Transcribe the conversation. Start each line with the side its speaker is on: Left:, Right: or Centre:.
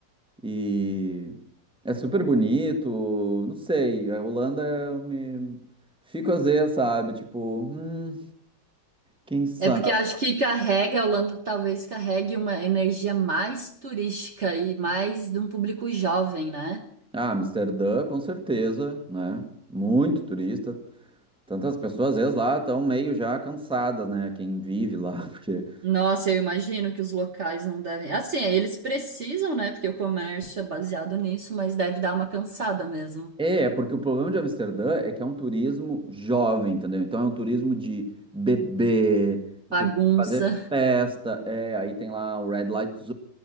Centre: E é super bonito, não sei, a Holanda eu me fico às vezes, sabe? Tipo, hum, quem sabe?
Right: É porque acho que carrega, a Holanda talvez carregue uma energia mais turística e mais de um público jovem, né?
Centre: Ah, Amsterdã, com certeza, né? Muito turista. Tantas pessoas, às vezes, lá estão meio já cansadas, né? Quem vive lá, <laughs> porque.
Right: Nossa, eu imagino que os locais não devem. Assim, eles precisam, né? Porque o comércio é baseado nisso, mas deve dar uma cansada mesmo.
Centre: É, é porque o problema de Amsterdã é que é um turismo jovem, entendeu? Então é um turismo de bebê,
Right: Bagunça.
Centre: fazer festa, é, aí tem lá o Red Light Zone.